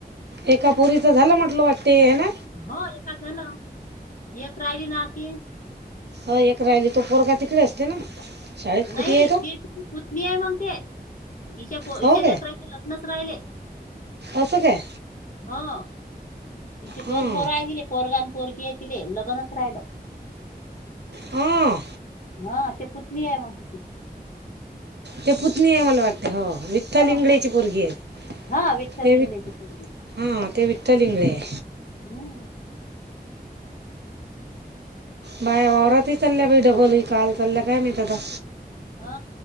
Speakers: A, on the right (about 85°); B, on the left (about 55°).
A: एका पोरीचं झालं म्हटलं वाटते ना.
B: हो एखादं झालं, एक राहिली ना आणखीन.
A: हो एक राहिली, तो पोरगा तिकडे असते ना. शाळेत
B: नाही
A: कुठे आहे तो
B: ते तिची पुतनी आहे मग ते, हिच्या प
A: हो
B: हिच्या लेकराचे
A: काय
B: लग्नच राहिले.
A: असं काय.
B: हां.. हिचे
A: हां
B: दोन पोरा आहे गेले, पोरगा आणि पोरगी आहे तिले लग्नच राहिल.
A: आं.
B: हां. तेची पुत्नी आहे मग तिची.
A: ते पुत्नी आहे मला वाटते हो, विठ्ठल
B: हा
A: ल इिंँआोऐऐगलीची
B: हा
A: परगी आहेत
B: हा विठ्ठल
A: ते
B: इंगळेची
A: वि् हां..
B: पोरगी
A: ते विठ्ठल इंगळे ये.
B: हम.
A: बाय वावरातही चालल्या बाय, डबल काल चालल्या काय मी आता.
B: हा